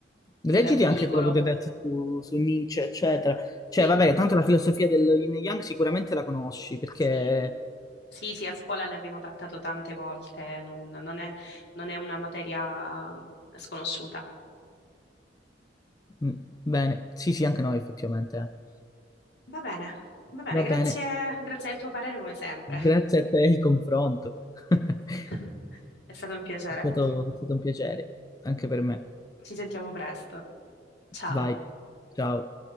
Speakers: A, on the left; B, on the left.
A: quell'articolo.
B: Leggiti anche quello che ti ho detto su, su Nietzsche, eccetera. Cioè,
A: Sì,
B: vabbè, tanto la filosofia del Yin e Yang sicuramente la conosci, perché...
A: sì, sì, sì, a scuola ne abbiamo trattato tante volte, non non è non è una materia sconosciuta.
B: mm, Bene, sì, sì, anche noi, effettivamente. eh.
A: Va bene, va bene,
B: Va bene.
A: grazie, grazie del tuo parere come sempre.
B: Grazie a te il confronto. <laughs>
A: <laughs> È stato un piacere.
B: È stato, è stato un piacere, anche per me.
A: Ci sentiamo presto. Ciao.
B: Vai, ciao.